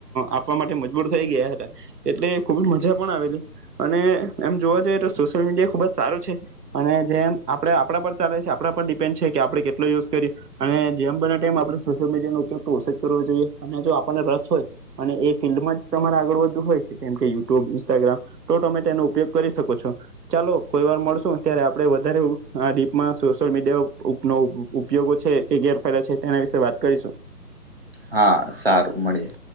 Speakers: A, on the right; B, on the right.
A: આપવા માટે મજબૂર થઈ ગયા હતા, એટલે ખુબ મજા પણ આવેલી અને એમ જોવા જઈએ તો સોશિયલ મીડિયા ખુબજ સારું છે અને જેમ આપડે આપડા પર ચાલે છે, આપડા પર ડિપેન્ડ છે કે આપડે કેટલો યુઝ કરીએ અને જેમ બને તેમ આપડે સોશિયલ મીડિયાનો ઉપયોગ તો ઓછજ કરવો જોઈએ અને જો આપણને રસ હોય અને એ ફિલ્ડમાંજ તમારે આગળ વધું હોય છે, જેમ કે યુટ્યુબ ઇન્સ્ટાગ્રામ તો તમે એનો ઉપયોગ કરી શકો છો. ચાલો કોઈ વાર મળશો ત્યારે આપડે વધારે આ ડીપમાં સોશિયલ મીડિયાનો ઉપયોગો છે કે ગેરફાયદા છે તેના વિશે વાત કરીશું.
B: હા, સારું મળીએ.